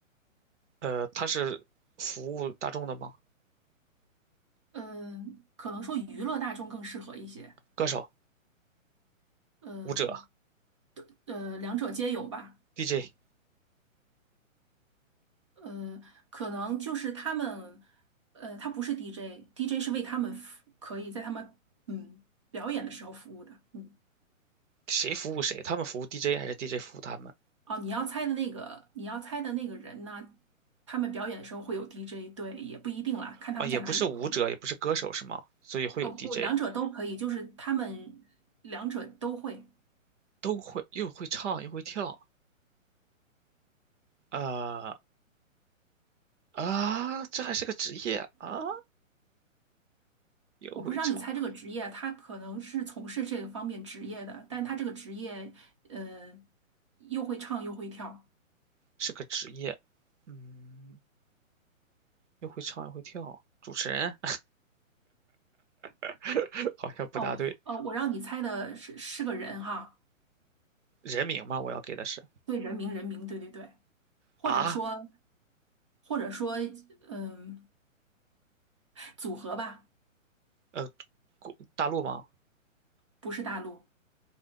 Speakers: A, on the right; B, on the right.
A: 呃，他是服务大众的吗？
B: 嗯、可能说娱乐大众更适合一些。
A: 歌手、
B: 嗯
A: 舞者、
B: 呃，呃两者皆有吧。
A: DJ，
B: 呃，可能就是他们，呃，他不是 DJ，DJ 是为他们服，可以在他们嗯表演的时候服务的。嗯，
A: 谁服务谁？他们服务 DJ 还是 DJ 服务他们？
B: 哦，你要猜的那个，你要猜的那个人呢，他们表演的时候会有 DJ，对，也不一定啦，看他们在哪里表演。
A: 啊，也不是舞者，也不是歌手，是吗？所以会有
B: 哦，不，
A: DJ，
B: 两者都可以，就是他们两者都会。
A: 都会，又会唱又会跳。呃。啊，这还是个职业啊！
B: 我不是让你猜这个职业，
A: 又会唱，
B: 他可能是从事这个方面职业的，但他这个职业，呃，又会唱又会跳。
A: 是个职业，嗯，又会唱又会跳，主持人 <laughs> 好像不大对。
B: 哦，呃，我让你猜的是是个人哈，
A: 人名吗？我要给的是
B: 对，人名人名，对对对，或者说
A: 啊，
B: 或者说，嗯、组合吧，
A: 呃，国大陆吗？
B: 不是大陆，